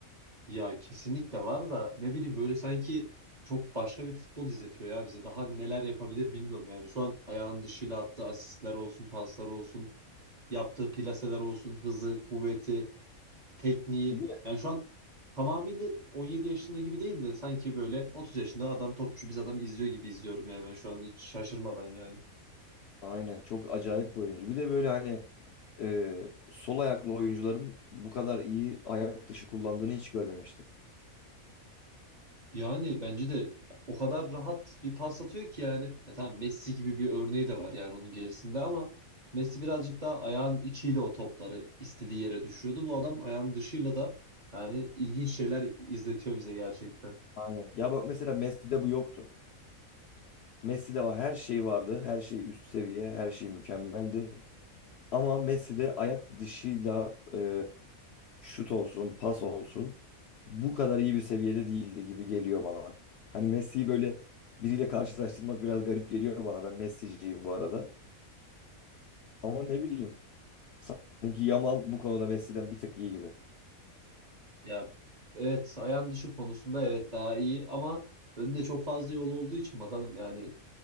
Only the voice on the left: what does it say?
Bir de
aynen çok acayip bir oyuncu. Bir de böyle hani e, sol ayaklı oyuncuların bu kadar iyi ayak dışı kullandığını hiç görmemiştim.
Aynen. Ya bak mesela Messi'de bu yoktu. Messi'de var her şey vardı. Her şey üst seviye, her şey mükemmeldi. Ama Messi'de ayak dışıyla e, şut olsun, pas olsun bu kadar iyi bir seviyede değildi gibi geliyor bana. Hani Messi'yi böyle biriyle karşılaştırmak biraz garip geliyor bana. Ben Messi'ciyim bu arada. Ama ne bileyim sanki Yamal bu konuda Messi'den bir tık iyi gibi.